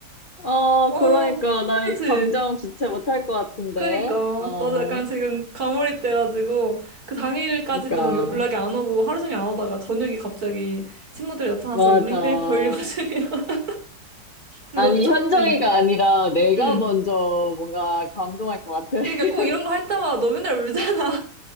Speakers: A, on the left; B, on the right.
A: 어,
B: 어,
A: 그러니까 나이
B: 그치.
A: 감정 주체 못할 것 같은데.
B: 그니까.
A: 어,
B: 나도 약간 지금 가몰입 돼가지고, 그 당일까지도
A: 그러니까
B: 막 연락이 안 오고, 하루 종일 안 오다가, 저녁에 갑자기 친구들이 나타나서
A: 맞아.
B: 롤링페이퍼 읽어주면, <laughs> 몇
A: 아니
B: 주,
A: 현정이가
B: 응,
A: 아니라 내가
B: 응.
A: 먼저 뭔가 감동할 것 같아. <laughs>
B: 그니까 꼭 이런 거 할 때마다 너 맨날 울잖아.